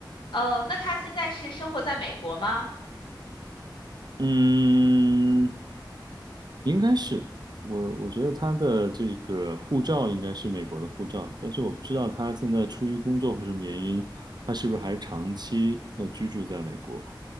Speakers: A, on the left; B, on the right.
A: 呃，那他现在是生活在美国吗？
B: 嗯，应该是我，我觉得他的这个护照应该是美国的护照，但是我不知道他现在出于工作或什么原因，他是不是还长期呃居住在美国，